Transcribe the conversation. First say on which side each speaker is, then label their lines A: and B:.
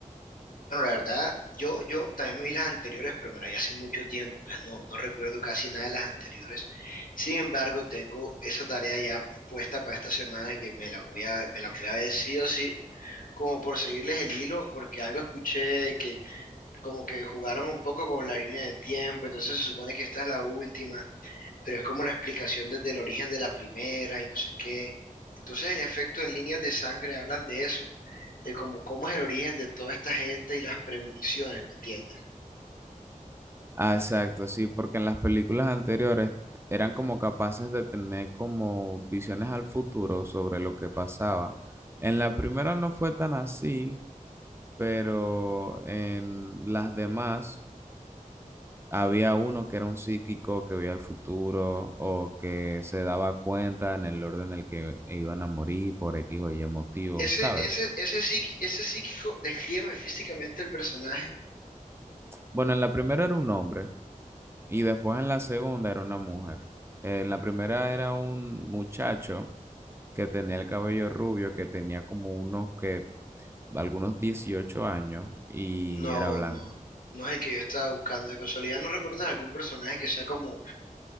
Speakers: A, on the left; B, on the right.
A: Bueno, la verdad, yo, yo también me vi las anteriores, pero me las vi hace mucho tiempo, entonces no, no recuerdo casi nada de las anteriores. Sin embargo, tengo esa tarea ya puesta para esta semana que me la voy a, me la voy a ver sí o sí como por seguirles el hilo, porque algo escuché que como que jugaron un poco con la línea de tiempo, entonces se supone que esta es la última, pero es como la explicación desde el origen de la primera y no sé qué. Entonces, en efecto, en líneas de sangre hablan de eso, de cómo, cómo es el origen de toda esta gente y las premoniciones, ¿me entiendes?
B: Ah, exacto, sí, porque en las películas anteriores eran como capaces de tener como visiones al futuro sobre lo que pasaba. En la primera no fue tan así, pero en las demás Había uno que era un psíquico que veía el futuro o que se daba cuenta en el orden en el que iban a morir por X o Y motivo,
A: Ese,
B: ¿sabes?
A: ese, ese, psiqui- ese psíquico, descríbeme físicamente el personaje.
B: Bueno, en la primera era un hombre y después en la segunda era una mujer. En la primera era un muchacho que tenía el cabello rubio, que tenía como unos que, algunos 18 años y
A: No,
B: era blanco.
A: no, no es el que yo estaba buscando. De casualidad, ¿no recuerdas algún personaje que sea como